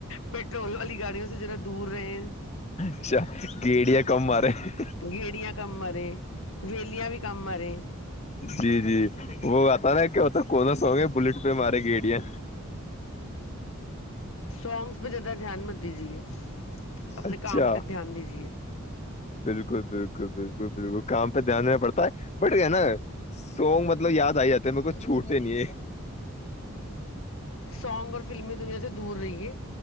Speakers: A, on the left; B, on the left.
A: پٹرول والی گاڑیوں جرا دور بری
B: اچھا گیڑیاں کم مار رہے ہیں
A: گیڑیا کم مرے ولیا بھی کم مرے
B: جی جی وہ آتا نا کیا ہوتا کونا سو گے بلیٹ پہ مارے گیڑیا
A: سونگس پہ زیادہ دھیان مت دیجیے اپنے
B: اچھا
A: کام پہ دھیان دیجیے
B: بالکل بالکل بالکل بالکل کام پہ دھیان دینا پڑتا ہے بٹ نا سونگ مطلب یاد آ جاتے ہے میر کو چھوٹتے نہیں ہے
A: سانگ اور فلمی دنیا سے دور رہیے